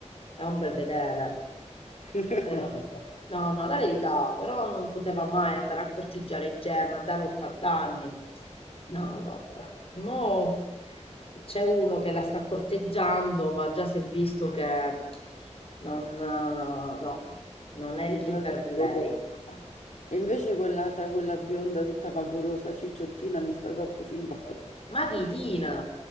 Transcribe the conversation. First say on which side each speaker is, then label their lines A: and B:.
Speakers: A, on the left; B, on the left.
A: è un bel vedere.
B: <laughs>
A: Però, no, no, la verità, però non poteva mai andare a corteggiare Gemma, andava a 80 anni. No, vabbè. Mo c'è uno che la sta corteggiando, ma già si è visto che non, eh, no, non è lì
B: Il brother
A: per lei.
B: di Bococcio. E invece quell'altra, quella bionda tutta vaporosa, cicciottina, mi sta troppo simpatica.
A: Ma chi Tina?